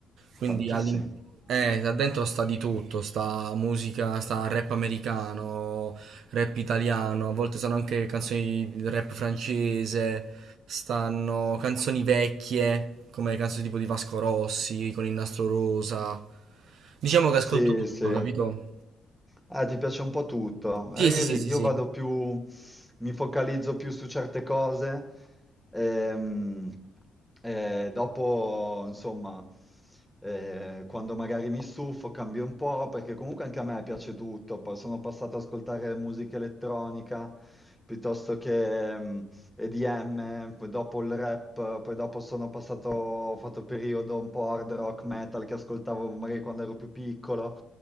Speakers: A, on the right (about 70°); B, in the centre.
A: Quindi
B: Tantissimi.
A: all'in- eh, da dentro sta di tutto, sta musica, sta rap americano, rap italiano, a volte sono anche canzoni di rap francese, stanno canzoni vecchie, come canzoni tipo di Vasco Rossi, con il nastro rosa. Diciamo che ascolto
B: Sì,
A: tutto,
B: sì.
A: capito?
B: Ah, ti piace un po' tutto.
A: Sì,
B: Eh,
A: sì,
B: io,
A: sì,
B: io
A: sì, sì.
B: vado più, mi focalizzo più su certe cose. ehm, eh, dopo, insomma, eh, quando magari mi stufo, cambio un po', perché comunque anche a me piace tutto. Poi sono passato ad ascoltare musica elettronica piuttosto che, mm, EDM, poi dopo il rap, poi dopo sono passato, ho fatto periodo un po' hard rock metal che ascoltavo magari quando ero più piccolo.